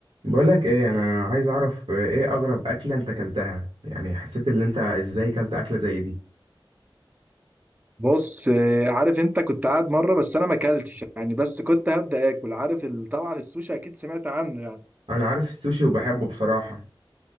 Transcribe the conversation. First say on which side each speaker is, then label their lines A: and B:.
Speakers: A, on the right; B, on the right.
A: بقولك ايه انا عايز اعرف ايه اغرب اكلة انت اكلتها يعني حسيت ان انت ازاي كلت اكلة زي دي
B: بص آه، عارف انت كنت قاعد مره بس انا ما اكلتش يعني بس كنت هبدا اكل عارف ال- طبعا السوشي اكيد سمعت عنه يعني
A: انا عارف السوشي وبحبه بصراحة